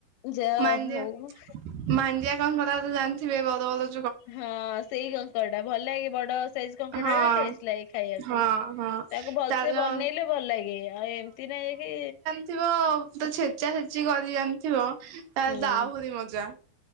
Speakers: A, on the left; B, on the right.
A: ଯା
B: ମାଣ୍ଡିଆ
A: ହୋଉଁ।
B: ମାଣ୍ଡିଆ କଙ୍କରା ତ ଜାଣିଥିବେ ବଡ଼ ବଡ଼
A: ହଁ ସେଇ କଙ୍କଡ଼ା ଟା ଭଲ ଲାଗେ ବଡ଼ ସାଇଜ କଙ୍କଡାା
B: ହଁ
A: ଟେଷ୍ଟ ଲାଗେ ଖାଇବାକୁ
B: ହଁ ହଁ
A: ତାକୁ ଭଲସ
B: ତାର
A: ବନେଇଲେ ଭଲ ଲାଗେ। ଆଉ ଏମିତି ନାଇଁ କି
B: ଥିବ ତ ଛେଚା ଛେଚି କରିମି ଥିବ ତାେଲେ
A: ହୁଁ।
B: ଆହୁରି ମଜା